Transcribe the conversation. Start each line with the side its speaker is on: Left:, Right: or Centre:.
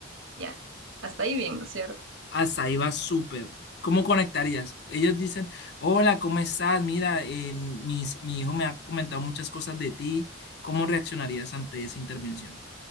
Right: Ya, hasta ahí bien, ¿no es cierto?
Left: Hasta ahí va súper. ¿Cómo conectarías? Ellos dicen, hola, ¿cómo estás? Mira, eh, mis- mi hijo me ha comentado muchas cosas de ti. ¿Cómo reaccionarías ante esa intervención?